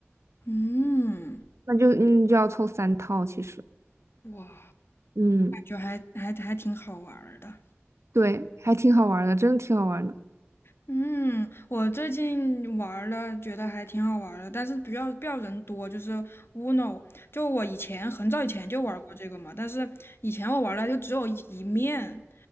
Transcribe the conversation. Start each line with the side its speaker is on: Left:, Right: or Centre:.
Left: 嗯，
Right: 那就嗯就要凑三套其实，
Left: 哇。
Right: 嗯，
Left: 就还还还挺好玩的。
Right: 对，还挺好玩儿的，真的挺好玩儿的
Left: 嗯，我最近玩了，觉得还挺好玩的，但是不要不要人多，就是 Uno，就我以前很早以前就玩过这个嘛，但是以前我玩了就只有一一面，